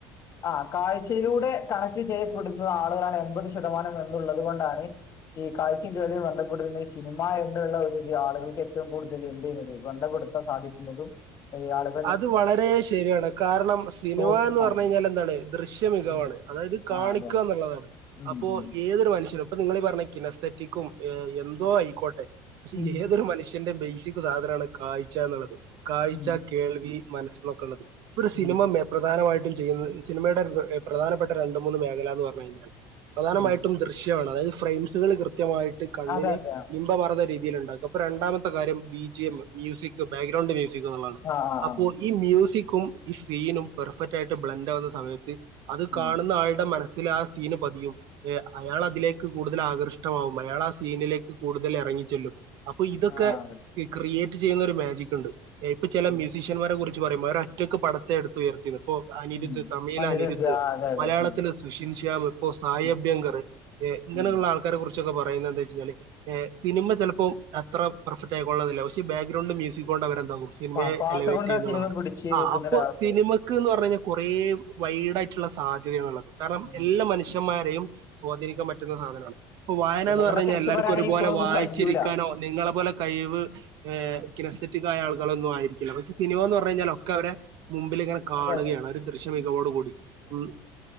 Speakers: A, on the left; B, on the right.
A: ആഹ് കാഴ്ചയിലൂടെ കണക്ട് ചെയ്യപ്പെടുന്നത് ആളുകളാണ് എൺപത് ശതമാനം എന്നുള്ളത് കൊണ്ടാണ് ഈ കാത്സ്യകള്ല് ബന്ധപ്പെത്തുന്നത് ഈ സിനിമ എന്നുള്ള ഒരുരി ആളുകൾക്ക് ഏറ്റവും കൂടുതൽ എന്ത് ചെയ്യുന്നത് ബന്ധപ്പെടുത്തു സാധിക്കുന്നതും അയ് ആള്
B: അത് വളരെ ശെരിയാണ്. കാര്ണം സിനിമ
A: നോക്കി
B: എന്ന്
A: കാണുന്നത്
B: പറഞ്ഞ കഴിഞ്ഞാല് എന്താണ് ദൃശ്യ മികവാണ്.
A: ഉം.
B: അതായത് കാണിക്കാ
A: ആ അതെ അതെ
B: ഇന്ന്ള്ളതാണ്.
A: ഉം,
B: അപ്പോ
A: ഉം,
B: ഏതൊരു മനുഷ്യനും അപ്പൊ നിങ്ങീളി ഈ പറഞ്ഞ കിനത്തെറ്റിക്കും എന്തോ ആയിക്കോട്ടെ പക്ഷെ
A: ഉം,
B: ഏതൊരു മനുഷ്യന്റെ ബേയ്സിക് സാധനാണ് കാഴ്ച ഇന്ന്ള്ളത്. കാഴ്ച,
A: ഉം,
B: കേൾവി, മനസ്സിന്നൊക്കള്ളത്, ഒരു
A: ഉം,
B: സിനിമ മേ പ്രധാനമായിട്ടും ചെയ്യുന്ന സിനിമയുടെ പ്രധാനപ്പെട്ട രണ്ട് മൂന്ന് മേഖല എന്ന് പറഞ്ഞു കഴിഞ്ഞാൽ പ്രധാനമായിട്ടും
A: ഉം.
B: ദൃശ്യാണ്. അതായത് ഫ്രെയിംസുകൾ കൃത്യമായിട്ട് കണ്ണിന്
A: അതെ അതെ ആ
B: ഇ പറ്ന്ന രീതിയില് ഉണ്ടാക്ക. ഇപ്പ രാണ്ടമത്തെ കാര്യം B J M music background music ഇന്ന് ള്ളാണ്.
A: ആ
B: അപ്പോ
A: ആ
B: ഈ മ്യൂസിക്കും ഈ സീനും പെർഫെക്റ്റ് ആയിട്ട് ബ്ലൻഡ് ആവുന്ന സമയത്ത് അത്
A: ഉം.
B: കാണുന്ന ആള്ടെ മനസ്സില് ആ സീന് പതിയും. എ അയാള് അതിലേക്ക് കൂടുതൽ ആകർഷ്ടമാവും. അയാള് ആ സീനിലേക്ക് കൂടുതല് എറങ്ങിച്ചെല്ലും അപ്പൊ ഇതൊക്കെ
A: ആ അതെ
B: ഈ ക്രിയേറ്റ് ചെയ്യുന്ന ഒരു മാജിക്ക് ഉണ്ട്. ഇപ്പ ചെല
A: ഉം,
B: മ്യൂസിഷ്യന്മാരെ കുറിച്ച് പറയുമ്പോ അവര് ഒറ്റക്ക് പടത്തെ എടുത്ത് ഉയർത് ഇപ്പോ അനിരുദ്ധ്
A: ഉം.
B: തമിഴില് അനിരുദ്ധ്
A: ആ അതെ അതെ
B: മലയാളത്തില്
A: ആ
B: സുഷിൻ ശ്യാം ഇപ്പോ സായി
A: ഉം,
B: അഭ്യങ്കർ ഇങ്ങനെയുള്ള
A: ഉം.
B: ആൾ ക്കെ കുറിച്ചൊക്ക പറയുന്നത് എന്തെവെച്ച് കഴിഞ്ഞാല്. സിനിമ ചെലപ്പോം അത്ര പെർഫെക് ആയിക്കൊള്ളന്ന്ല്ല. പക്ഷേ ബാഗ്രൗണ്ട് മ്യൂസിക് കൊണ്ട് അവരെ എന്താവും സിനിമയെ
A: ആ പാട്ട്
B: എലവേറ്റ്
A: കൊണ്ട്
B: ചെയ്യുന്നുള്ളതാണ്.
A: ആ സിനിമ പിടിച്ച്
B: ആ
A: നിൽക്കുന്ന
B: അപ്പൊ
A: ഒരു അവസരം
B: സിന് മ ക്ക് എന്ന് പറഞ്ഞ കൊറേ വൈഡ് ആയിട്ട്ള്ള സാധ്യതയാണ്ള്ളത്. കാര്ണം
A: ഉം
B: എല്ലാ മനുഷ്യ ന്മാരെയും സ്വാധീനിക്കാൻ പറ്റുന്ന സാധനാണ് ഇപ്പ വായന
A: സിനിമനെ
B: എന്ന് പറഞ്ഞ് കഴിഞ്ഞ
A: കുറിച്ച്
B: എല്ലാർക്കും
A: പറയാണെങ്കിൽ
B: ഒരുപലെ
A: ഇപ്പോഴൊന്നും
B: വയിച്ചിരിക്കാനോ
A: കഴിയൂല
B: നിങ്ങളെ പോലെ കഴിവ് കിനസെറ്റിക് ആയ ആൾ ഒന്നും ആയിരിക്കില്ല. പക്ഷെ സിനിമ എന്ന് പറഞ്ഞ് കഴിഞ്ഞാലൊക്കെ അവരെ മുമ്പില് ഇങ്ങനെ കാണുകയാണ്.
A: അതെ അതെ
B: ഒരു ദൃശ്യ
A: ഉം.
B: മികവോടുകൂടി ഉം